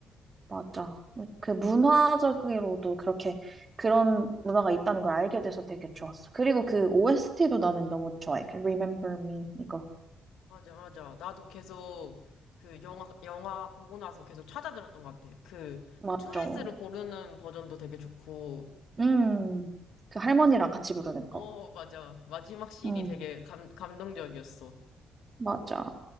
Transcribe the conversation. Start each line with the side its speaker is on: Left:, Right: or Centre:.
Right: 맞아. 그 문화적으로도 그렇게 그런 문화가 있다는 걸 알게 돼서 되게 좋았어. 그리고 그 OST도 나는 너무 좋아해. 그 Remember Me 이거.
Left: 맞아, 맞아. 나도 계속 그 영화, 영화 보고 나서 계속 찾아들었던 것 같아. 그2스를
Right: 맞죠.
Left: 고르는 버전도 되게 좋고,
Right: 음. 그 할머니랑 같이 부르는
Left: 어,
Right: 거.
Left: 맞아. 마지막 씬이
Right: 음.
Left: 되게 감, 감동적이었어.
Right: 맞아.